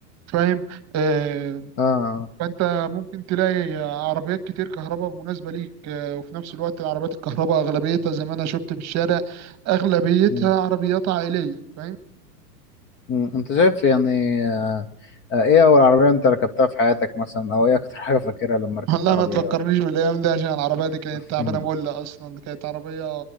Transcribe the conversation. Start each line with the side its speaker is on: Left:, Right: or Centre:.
Right: فاهم آه،
Left: اه
Right: فانت ممكن تلاقي عربيات كتير كهرباء مناسبه ليك آه، وفي نفس الوقت العربيات الكهرباء اغلبيتها زي ما انا شفت في الشارع اغلبيتها
Left: مم.
Right: عربيات عائليه فاهم
Left: مم. انت شايف يعني آه آه ايه اول عربيه انت ركبتها في حياتك مثلا او ايه اكتر حاجه فاكرها لما
Right: <laughs>
Left: ركبت
Right: والله
Left: عربيه
Right: ما تفكرنيش بالايام دي عشان العربيه دي كانت
Left: <laughs>
Right: تعبانه
Left: مم.
Right: مولة اصلا كانت عربيه